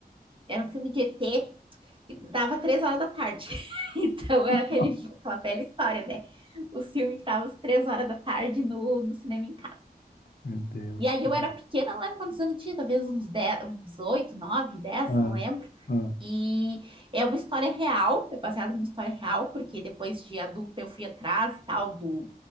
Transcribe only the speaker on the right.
Era um filme de ET dava três horas da tarde. <laughs> Então era
aquele, aquela velha história, né? O filme que dava às três horas da tarde no, no cinema em casa.
E aí
eu era pequena, não lembro quantos anos eu tinha, talvez uns, 10 uns 8 9 dez
não lembro.
E é uma história real, é baseada numa história real, porque depois de adulta eu fui atrás e tal do,